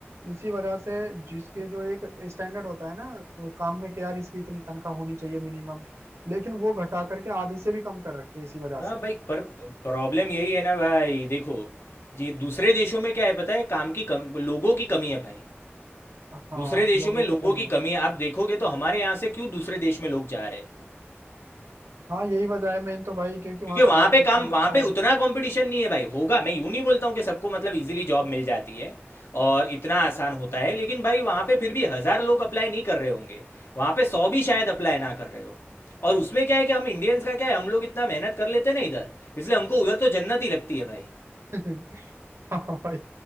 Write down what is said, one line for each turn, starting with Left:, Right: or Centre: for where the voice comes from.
Right: इसी वजह से जिसके जो एक स्टैंडर्ड होता है ना तो काम में कि यार इसकी इतनी तनख्वाह होनी चाहिए मिनिमम लेकिन वो घटा करके आधी से भी कम कर रखी है इसी वजह
Left: हाँ
Right: से
Left: भाई पर प्रॉब्लम यही है ना भाई देखो जी दूसरे देशों में क्या है पता है काम की कम लोगों की कमी है भाई
Right: हाँ
Left: दूसरे देशों
Right: लोगों
Left: में लोगों
Right: की कमी
Left: की
Right: है
Left: कमी है आप देखोगे तो हमारे यहाँ से क्यों दूसरे देश में लोग जा रहे हैं
Right: हाँ यही वजह है मेन तो भाई क्योंकि
Left: क्योंकि
Right: वहाँ
Left: वहां
Right: का लाइफ
Left: पे काम
Right: स्टाइल
Left: वहां
Right: अच्छा
Left: पे उतना
Right: है
Left: कंपटीशन नहीं है भाई होगा मैं यूं नहीं बोलता हूँ कि सबको मतलब इजीली जॉब मिल जाती है और इतना आसान होता है लेकिन भाई वहां पे फिर भी हजार लोग अप्लाई नहीं कर रहे होंगे वहां पे सौ भी शायद अप्लाई ना कर रहे हो और उसमें क्या है कि हम इंडियंस का क्या है हम लोग इतना मेहनत कर लेते हैं ना इधर इसलिए हमको उधर तो जन्नत ही लगती है भाई
Right: <laughs> हाँ भाई